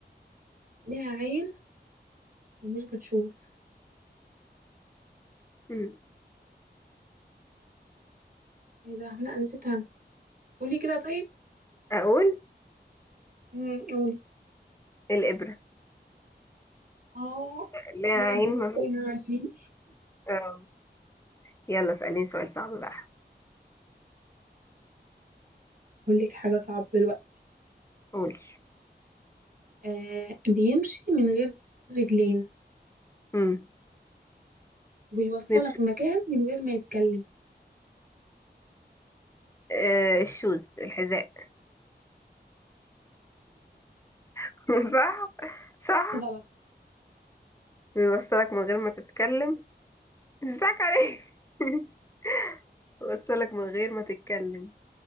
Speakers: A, on the right; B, on the left.
A: ليها عين ومش بتشوف
B: امم
A: ايه ده لا نسيتها قولي كده طيب
B: اقول
A: مم، قولي
B: الابرة
A: اه
B: ليها
A: بجد
B: عين
A: كانت
B: ما
A: تايهة
B: بت...
A: عني
B: آه. يلا اسأليني سؤال صعب بقى
A: اقول لك حاجه صعبه دلوقتي
B: قولي
A: آه بيمشي من غير رجلين
B: امم
A: وبيوصلك
B: بيمشي
A: مكان من غير ما يتكلم
B: آه الشوز الحذاء <laughs> صح صح
A: غلط
B: بيوصلك من غير ما تتكلم مش بتاعك عليه <laughs> بيوصلك من غير ما تتكلم